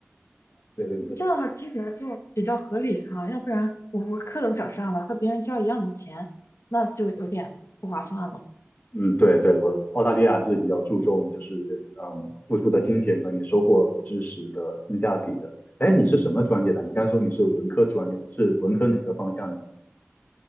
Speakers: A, on the left; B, on the left.
A: 对对对，
B: 这样的话听起来就比较合理哈、要不然我我课都少上了，和别人交一样的钱，那就有点不划算了。
A: 嗯，对对，我澳大利亚还是比较注重就是嗯付出的金钱和你收获知识的性价比的。哎，你是什么专业的？你刚说你是文科专业的，是文科哪个方向的？